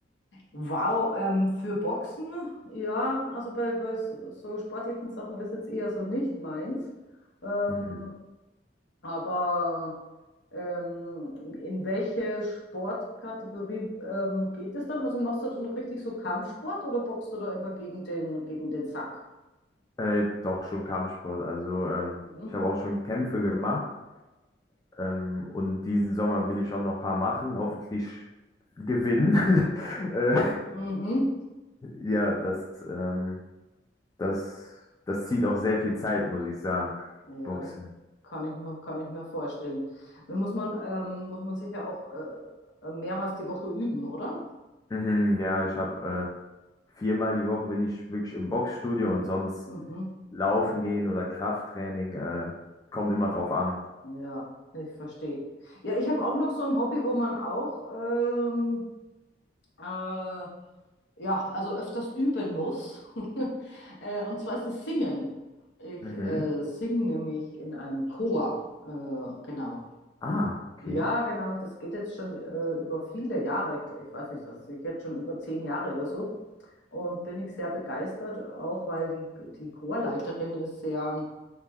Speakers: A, on the left; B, on the left.
A: Wow, ähm, für Boxen, ja, also bei, bei so so sportlichen Sachen ist jetzt eher so nicht meins. Ähm,
B: Mhm.
A: Aber ähm, in welche Sportkategorie ähm, geht es dann? Also machst du dann richtig so Kampfsport oder boxst du da immer gegen den, gegen den Sack?
B: Äh, doch schon Kampfsport. Also ähm,
A: Mhm.
B: ich habe auch schon Kämpfe gemacht ähm, und diesen Sommer will ich auch noch ein paar machen. Hoffentlich gewinnen. <laughs> äh,
A: Mhm.
B: ja, das, ähm, das, das zieht auch sehr viel Zeit, muss ich sagen.
A: Ja,
B: Boxen.
A: das kann ich mir, kann ich mir vorstellen. Dann muss man, ähm, muss man sicher auch äh, mehrmals die Woche üben, oder?
B: Mhm, ja, ich habe äh, viermal die Woche bin ich wirklich im Boxstudio und sonst
A: Mhm.
B: laufen gehen oder Krafttraining äh, kommt immer drauf an.
A: Ja, ich verstehe. Ja, ich habe auch noch so ein Hobby, wo man auch ähm, äh, ja, also öfters üben muss. <laughs> Äh, Und zwar ist es Singen. Ich
B: Mhm.
A: äh, singe nämlich in einem Chor. Äh, genau.
B: Ah, okay.
A: Ja, genau. Und das geht jetzt schon äh, über viele Jahre. Ich, ich weiß nicht, das ist sicher jetzt schon über zehn Jahre oder so. Und bin ich sehr begeistert, auch weil die, die Chorleiterin ist sehr